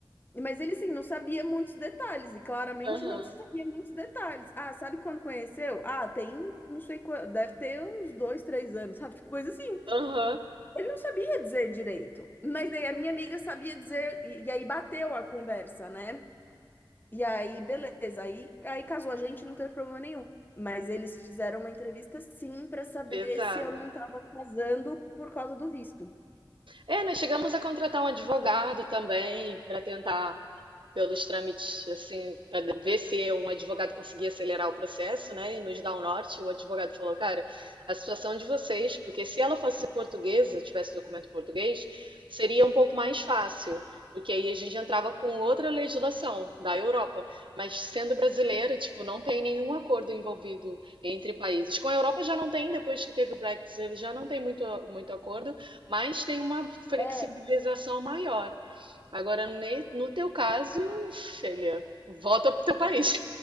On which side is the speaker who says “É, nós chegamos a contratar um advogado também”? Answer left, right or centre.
Right